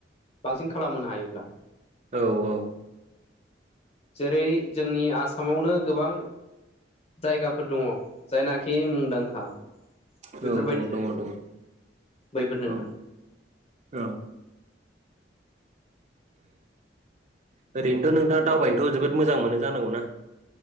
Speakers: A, on the left; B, on the right.
A: बांसिन खालामहोनो हायोब्ला
B: औ औ
A: जेरै जोंनि आसामावनो गोबां जायगाफोर दङ जायनाखि मुंदांखा
B: औ
A: बेफोरबायदि
B: औ दङ दङ
A: बैफोर नोंथां
B: औ औ। ओरैनोथ' नोंथाङा दावबायनोथ' जोबोद मोजां मोनो जानांगौना।